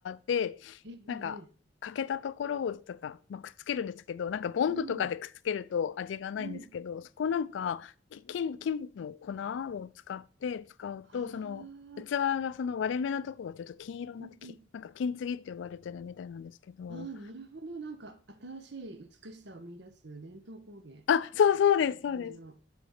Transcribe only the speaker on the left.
でなんか欠けたところをとか、
まあ、くっつけるんですけどなんかボンドとかでくっつけると味がないんですけどそこなんか金、
金の粉を使って使うと、
その器がその割れ目のところがちょっと金色になってき、
なんか金継ぎって呼ばれてるみたいなんですけど、
あ、そうそうです、
そうです。